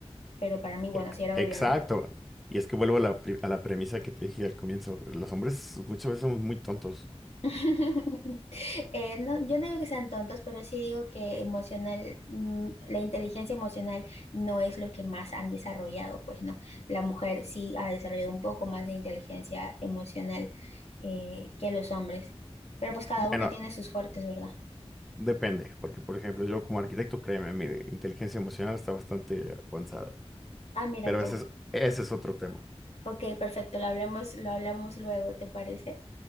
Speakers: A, on the left; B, in the centre.
A: pero para mí, bueno,
B: E-
A: sí era
B: Exacto.
A: obvio, ¿no?
B: Y es que vuelvo a la, pri- a la premisa que te dije al comienzo. Los hombres muchas veces somos muy tontos.
A: <laughs> Eh, no, yo no digo que sean tontos, pero sí digo que emocional, mm, la inteligencia emocional no es lo que más han desarrollado, pues no. La mujer sí ha desarrollado un poco más de inteligencia emocional eh, que los hombres, pero pues cada
B: Bueno,
A: uno tiene sus fuertes, ¿verdad?
B: depende, porque por ejemplo, yo como arquitecto, créeme, mi inteligencia emocional está bastante avanzada.
A: Ah, mira
B: Pero
A: tú.
B: ese es, ese es otro tema.
A: Ok, perfecto, lo hablamos, lo hablamos luego, ¿te parece?